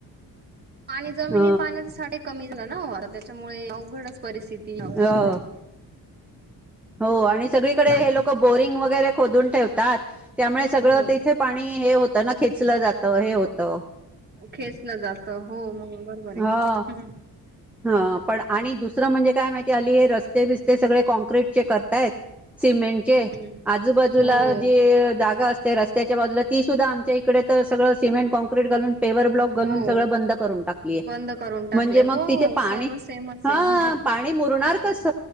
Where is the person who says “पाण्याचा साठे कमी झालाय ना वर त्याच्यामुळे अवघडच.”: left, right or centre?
Right